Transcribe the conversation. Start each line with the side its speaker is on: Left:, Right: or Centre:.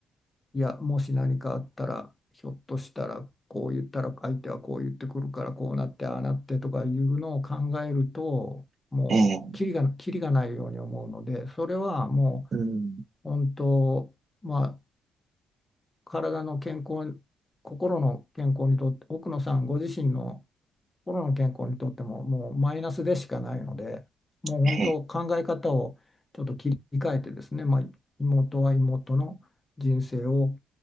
Left: う、いや、もし何かあったら、ひょっとしたらこう言ったら、相手はこう言ってくるから、こうなって、ああなってとかいうのを考えると、もう、
Right: ええ、
Left: キリが、キリがないように思うので、それはも
Right: うん。
Left: う、本当、まあ、体の健康、心の健康にとって、奥野さんご自身の心の健康にとっても、もうマイナスでしかないので、もう本当、
Right: ええ、
Left: 考え方をちょっと切り替えてですね、まあ、妹は妹の人生を